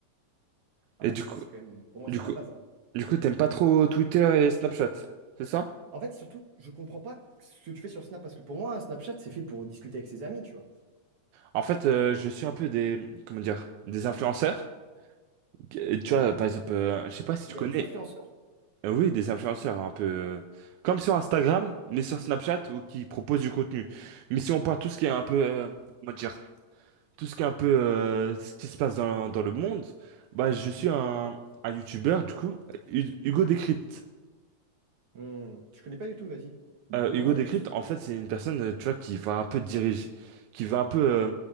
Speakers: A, on the right; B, on the right.
A: Ah
B: Et
A: bah
B: du
A: c'est
B: coup,
A: c'est quand même pour moi
B: du
A: c'est
B: coup,
A: la base. hein.
B: du coup, t'aimes pas trop Twitter et Snapchat, c'est ça?
A: En fait, surtout, je comprends pas ce que tu fais sur Snap parce que pour moi Snapchat c'est fait pour discuter avec ses amis, tu vois.
B: En fait, euh, je suis un peu des, comment dire, des influenceurs. Que- euh, Tu vois, par exemple, euh, je sais pas si
A: Mais
B: tu
A: il
B: connais,
A: y a des influenceurs.
B: euh, oui, des influenceurs un peu, euh, comme sur Instagram, mais sur Snapchat ou qui proposent du contenu. Mais si on parle tout ce qui est un peu, euh, comment dire, tout ce qui est un peu, euh, ce qui se passe dans, dans le monde, bah, je suis un, un YouTuber du coup, Euh, Hu- Hugo Décrypte.
A: Hmm, je connais pas du tout, vas-y. Dis-moi
B: Euh, Hugo
A: en
B: Décrypte,
A: plus.
B: en fait, c'est une personne, euh, tu vois, qui va un peu diriger, qui va un peu, euh,